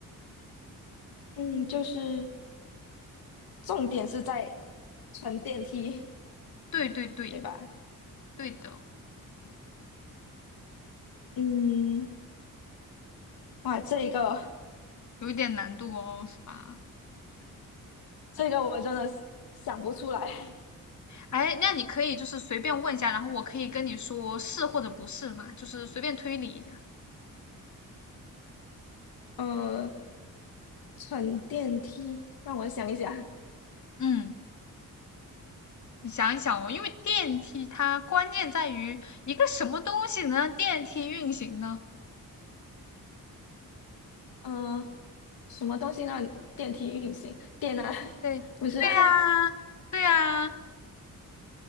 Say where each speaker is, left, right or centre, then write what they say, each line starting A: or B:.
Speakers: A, on the left; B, on the left.
A: 嗯，就是重点是在乘电梯，
B: 对对对，
A: 对吧？
B: 对的。
A: 嗯，哇，这一个
B: 有一点难度哦，是吧？
A: 这个我真的是想不出来。<laughs>
B: 哎，那你可以就是随便问一下，然后我可以跟你说是或者不是嘛，就是随便推理一下。
A: 嗯，乘电梯，让我想一想。
B: 嗯，你想一想哦，因为电梯它关键在于一个什么东西能让电梯运行呢？
A: 嗯、呃什么东西让电梯运行？电啊，
B: 对，
A: <laughs> 不是吗？
B: 对呀，对呀，